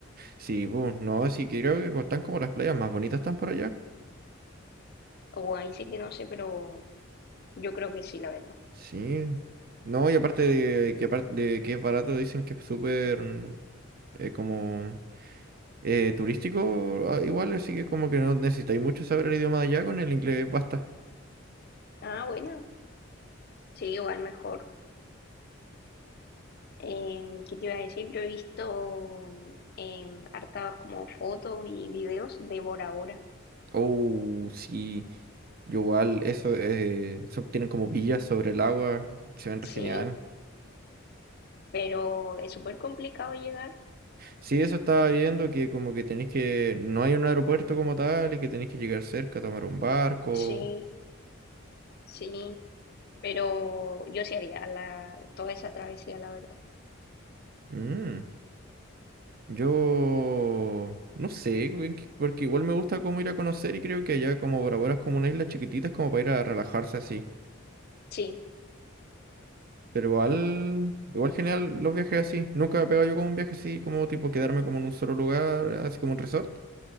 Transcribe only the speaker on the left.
O ahí sí que no sé, pero yo creo que sí, la verdad.
Ah, bueno, sí, igual mejor. Em, ¿qué te iba a decir? Yo he visto em, hartas como fotos y videos de Bora Bora.
Sí, pero es súper complicado llegar.
Sí, sí, pero yo sí haría la, toda esa travesía, la verdad.
Sí,